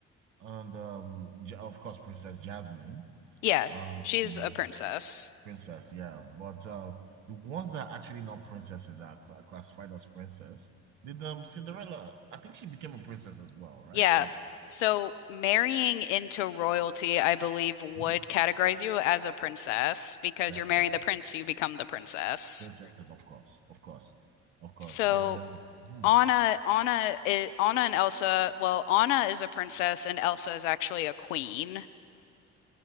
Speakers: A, on the right (about 85°); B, on the left (about 85°).
A: and um Ja-, of course Princess Jasmine,
B: Yeah,
A: um
B: she's a princess.
A: princess, yeah. But uh, the ones that are actually not princesses are cl- classified as princess. Did um Cinderella? I think she became a princess as well, right?
B: Yeah.
A: Like
B: So marrying into royalty, I believe, would
A: hmm,
B: categorize you as a princess because
A: definitely
B: you're marrying the prince, so you become the princess.
A: princess, of course, of course, of course,
B: So
A: and. Um, hmm.
B: Anna, Anna, i Anna and Elsa, well, Anna is a princess and Elsa is actually a queen.